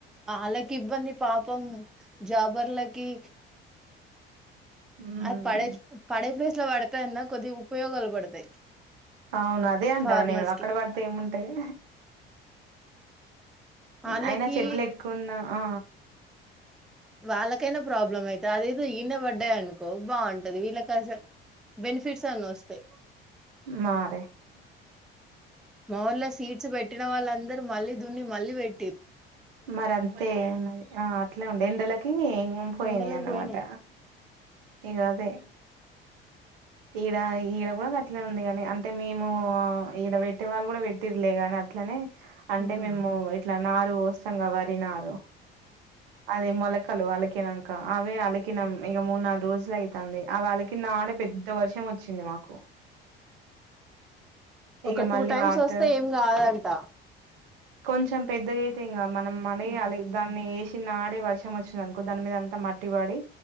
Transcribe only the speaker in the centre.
ఆళ్ళకి ఇబ్బంది పాపం జాబర్లకి
అది పడే పడే ప్లేస్ లో పడతాన్నా కొద్దిగా ఉపయోగాలు పడతాయి
ఫార్మర్స్
కి
ఆళ్ళకి
వాళ్ళకైనా ప్రాబ్లం అయితది అది ఏదో ఇయనే పడ్డాయి అనుకో బాగుంటది వీళ్ళకి అసలు బెనిఫిట్స్ అన్ని వోస్తాయి
మా ఊళ్ళ సీట్స్ పెట్టినా వాళ్ళందరు మళ్ళీ దున్ని మళ్ళీ పెట్టి
ఎండలకు
పోయినాయి
ఉమ్
ఒక
టూ
టైమ్స్
వస్తే ఏం కాదంట
ఉమ్